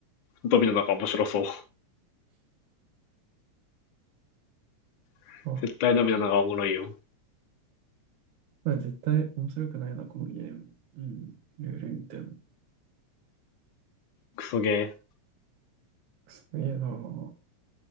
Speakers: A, on the left (about 65°); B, on the right (about 80°).
A: ドミノなんか面白そう。<laughs>
B: あ、
A: 絶対ドミノなんかおもろいよ。
B: まあ、絶対面白くないな、このゲーム。うん、ルール見ても。
A: クソゲー。
B: すげえな。モ